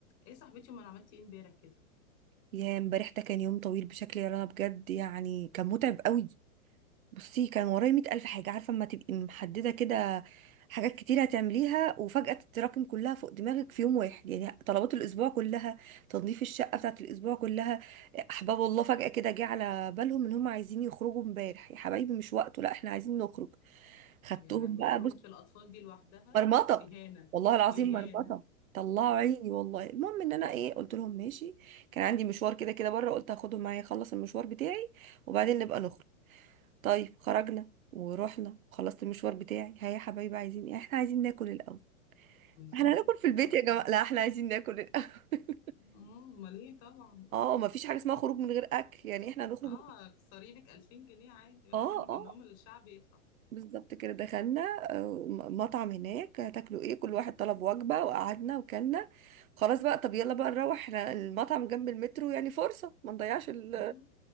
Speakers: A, on the left; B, on the right.
A: ايه صاحبتي امال عملتي ايه امبارح كده
B: يا امبارح ده كان يوم طويل بشكل يا رنا بجد يعني كان متعب قوي بصي كان ورايا مئة ألف حاجة عارفة اما تبقي محددة كده حاجات كتير هتعمليها وفجأة تتراكم كلها فوق دماغك في يوم واحد يعني طلبات الأسبوع كلها تنظيف الشقة بتاعت الأسبوع كلها أحباب الله فجأة كده جه على بالهم إن هم عايزين يخرجوا امبارح يا حبايبي مش وقته لا احنا عايزين نخرج خدتهم
A: يا لهوي
B: بقى
A: خروجة
B: بص
A: الاطفال دي لوحدها
B: مرمطه
A: اهانة
B: والله العظيم
A: اهانة
B: مرمطه طلعوا عيني والله المهم ان انا ايه قلت لهم ماشي كان عندي مشوار كده كده بره قلت هاخدهم معايا اخلص المشوار بتاعي وبعدين نبقى نخرج طيب خرجنا ورحنا خلصت المشوار بتاعي ها يا حبايبي عايزين ايه احنا عايزين ناكل الاول
A: عايزين
B: احنا
A: ناكل
B: هناكل في البيت
A: طبعا
B: يا جماعه لا احنا عايزين ناكل الاول <laughs>
A: آه، امال ايه طبعا اه
B: اه ما فيش حاجه اسمها خروج من غير اكل يعني احنا هنخرج
A: اه اخسري لك 2000 جنيه عادي ولا
B: اه
A: يهمك
B: اه
A: المهم الشعب يفرح
B: بالظبط كده دخلنا آه، م- مطعم هناك هتاكلوا ايه كل واحد طلب وجبة وقعدنا وكلنا خلاص بقى طب يلا بقى نروح احنا المطعم جنب المترو يعني فرصة ما نضيعش ال...
A: مم.